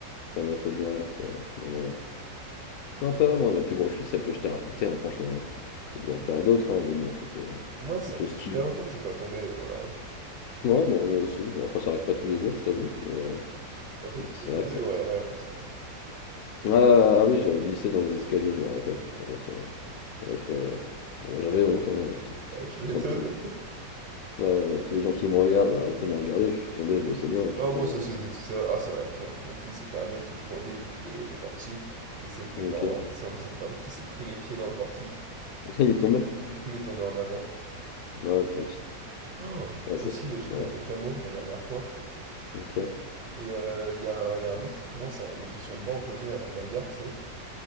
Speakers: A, on the left; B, on the right.
A: ça m'avait fait bien rire, ça, ce moment-là. Non, après, ouais, moi, ma plus grosse chute, celle que je t'ai racontée, hein, franchement, j'ai dû en faire d'autres, hein, mais bon, c'était euh,
B: Moi,
A: chute
B: ça fait
A: au ski,
B: super
A: là.
B: longtemps que je suis pas tombé euh, dans la rue.
A: Ouais, bah, moi aussi, Bon, après, ça arrive pas tous les jours, je t'avoue, mais euh,
B: Moi, toi,
A: mais
B: t'étais
A: c'est
B: tombé
A: vrai que ça...
B: au RER aussi, là.
A: Ah, ah oui, j'avais glissé dans les escaliers, je me rappelle, ça m'a fait... Ça m'a fait euh, bah, j'avais honte, hein, tout, tout-
B: Ah, tu
A: tout
B: m'étonnes.
A: simplement. Ouais, ouais, tous les gens qui me regardent, bah, arrêtez de me regarder, je suis tombé, je le sais bien hein, que je
B: Oh,
A: suis tombé.
B: moi, ça,
A: hein.
B: c'était tout ça. Ah, ça m'avait fait rire de fou. C'était un mec qui fraudait les, les portiques et il s'est pris,
A: Ok,
B: en
A: <laughs>
B: essayant de sauter par-dessus, il s'est pris les pieds dans le portique.
A: il est tombé?
B: Du coup, il est tombé en avant.
A: Ouais, putain, ouais,
B: Oh,
A: c'est
B: aussi,
A: ça,
B: euh, j'étais
A: ouais,
B: avec Amo la dernière fois.
A: ok.
B: Et euh, il y a un, y a un mec qui commence à. On était sur le banc opposé à de la gare, tu sais.